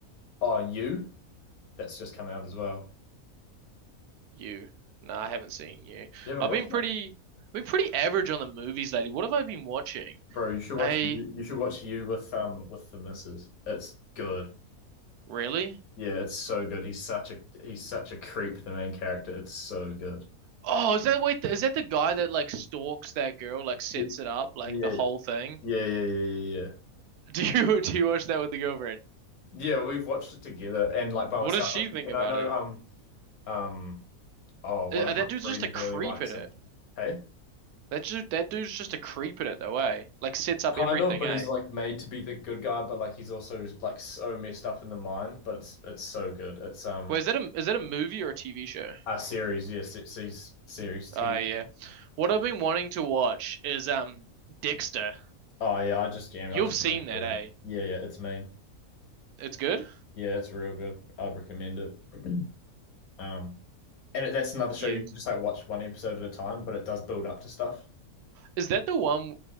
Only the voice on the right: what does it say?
You. No, I haven't seen you.
I've
been pretty
I've been pretty average on the movies lately. What have I been watching?
I
really?
Oh, is that wait, is that the guy that like stalks that girl, like sets
it up, like
the whole thing?
<laughs> Do you do you watch that with the girlfriend?
What
does she
think
about
it?
Uh, uh,
that dude's
just a creep
in it.
That dude, that dude's just a creep in it though, eh? Like sets up
everything,
eh?
Wait, is that a is that a movie or a TV show?
Ah, yeah. What I've been wanting to watch is um Dexter.
You've
seen
that,
eh?
It's good?
Yes.
Is that the one